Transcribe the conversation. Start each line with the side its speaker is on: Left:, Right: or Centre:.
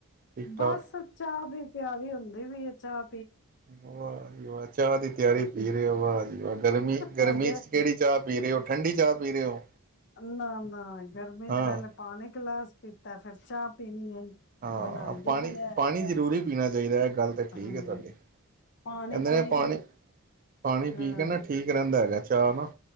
Right: ਠੀਕ
Left: ਬਸੱਚਾ
Right: ਠਾਕ
Left: ਦੇ ਕਿਆ ਵੀ ਹੁੰਦੇ ਵੀ ਅ ਚਾ
Right: ਵਾਹ ਜ ਵਾਹ ਚਾਹ ਦੀ ਤਿਆਰੀ ਪੀ ਰਹੇ ਹੋ ਵਾਹ ਜ ਵਾਹ ਗਰਮੀ ਗਰਮੀ
Left: ਹਜੇ
Right: ਚ ਕਿਹੜੀ ਚਾਹ ਪੀ ਰਹੇ ਹੋ ਠੰਢਡੀ ਚਾਹ ਵੀਰੇ ਹੋ
Left: ਨਾ ਨਾ ਗਰਮੀ
Right: ਹਾਂ
Left: ਚ ਪਹਿਲੇ ਪਾਣੀ ਖਲਾਸ ਪੀਤਾ ਫਿਰ ਚਾਹ ਪੀਣੀ ਹੈ
Right: ਹਾਂ
Left: ਬਣਾਉਂਦੀ
Right: ਪਾਣੀ
Left: ਵੀ ਹੈ
Right: ਪਾਣੀ ਜ਼ਰੂਰੀ ਪੀਣਾ ਚਾਹੀਦਾ ਹੈ ਗੱਲ ਤਾਂ ਠੀਕ
Left: ਹਮ
Right: ਹੈ ਤੁਹਾਡੀ ਕਹਿੰਦੇ
Left: ਪਾਣੀ ਪੀ
Right: ਨੇ ਪਾਣੀ
Left: ਕੇ
Right: ਪਾਣੀ
Left: ਹਾਂ
Right: ਪੀ ਕੇ ਨਾ ਠੀਕ ਰਹਿੰਦਾ ਹੈਗਾ ਚਾਅ ਨਾ